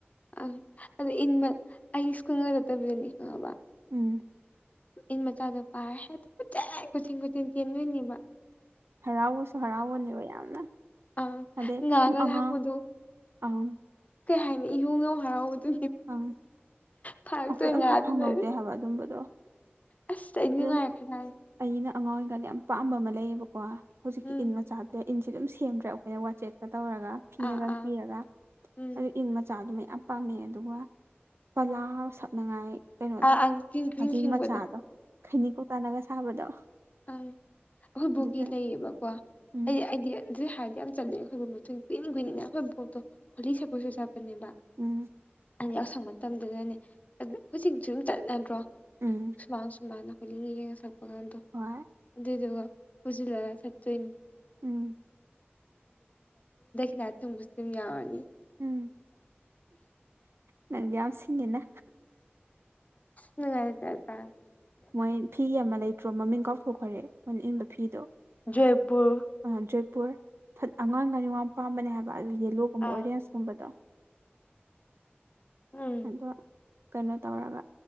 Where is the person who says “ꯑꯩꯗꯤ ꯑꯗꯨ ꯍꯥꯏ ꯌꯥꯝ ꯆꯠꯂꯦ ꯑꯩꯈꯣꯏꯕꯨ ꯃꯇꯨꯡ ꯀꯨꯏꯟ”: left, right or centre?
Left